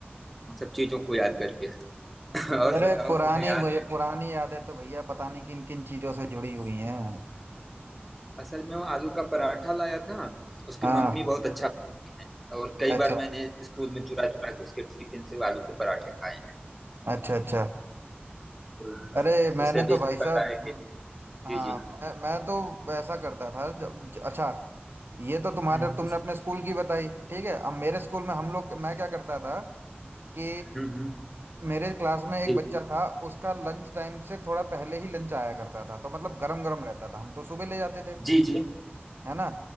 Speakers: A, in the centre; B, on the right.
A: उन सब चीजों को याद करके <laughs> और
B: अरे
A: बताओ
B: पुरानी
A: तुम्हें याद
B: मुझे
A: है
B: पुरानी यादें तो भैया पता नहीं किन किन चीजों से जुड़ी हुई हैं
A: असल में वो आलू का पराठा लाया था उसकी
B: हाँ
A: मम्मी बहुत अच्छा बनाती है और कई
B: अच्छा
A: बार मैंने स्कूल में चुरा चुरा के उसके टिफिन से वो आलू के पराठे खाए हैं
B: अच्छा अच्छा
A: तो
B: अरे मैंने
A: उसे
B: तो
A: भी
B: भाई साहब
A: पता है कि
B: हम्म, हाँ
A: जी जी
B: मैं मैं तो ऐसा करता था जब ज- अच्छा ये तो तुम्हारे
A: हम्म हम्म
B: तुमने अपने स्कूल की बताई ठीक है अब मेरे स्कूल में हम लोग मैं क्या करता था कि
A: हम्म, हम्म,
B: मेरे क्लास में एक
A: जी
B: बच्चा था उसका लंच टाइम से थोड़ा पहले ही लंच आया करता था तो मतलब गरम गरम रहता था हम तो सुबह ले जाते थे
A: जी जी
B: है ना